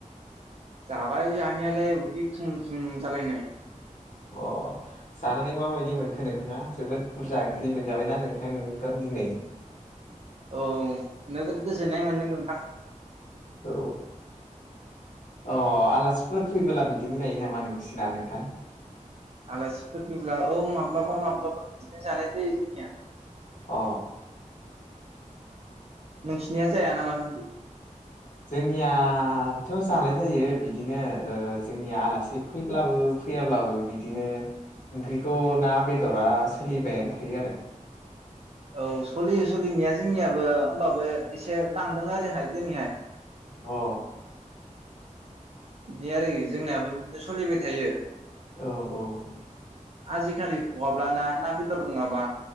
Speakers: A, on the right; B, on the left.
A: जाबाय जानायालाय उदि थुम थुम जालायनाय
B: अ जानानै माबायदि मोनखो नोंथाङा जोबोद बुरजा ओंख्रि मोनजाबायना नोंथां नोंथ' दिनै
A: औ नोगोद गोजो जोननाय मोन्दों नोंथां।
B: औ औ आलासिफोर फैबोला बि दिनो जायो नामा नोंसिना नोंथां?
A: आलासिफोर फैब्ला औ माब्लाबा माब्लाबा बिदिनो जानाय जायो जोंनिया।
B: अ ओ
A: नोंसिनिया जाया नामा बिबदि
B: जोंनियाथ' जानाय जायो बिदिनो ओ जोंनिया आलासि फैब्लाबो फैयाब्लाबो बिदिनो ओंख्रिखौ ना बेदरा सोलिबायानो थायो आरो
A: औ सलियो सलिनिया जोंनिया बो होनबाबो एसे बां <unintelligible>
B: अ अ।
A: बिदि आरो जोंनियाबो बिबदिनो सलिबाय थायो।
B: औ औ।
A: आजिखालि खहाब्लाना ना बेदर नङाबा।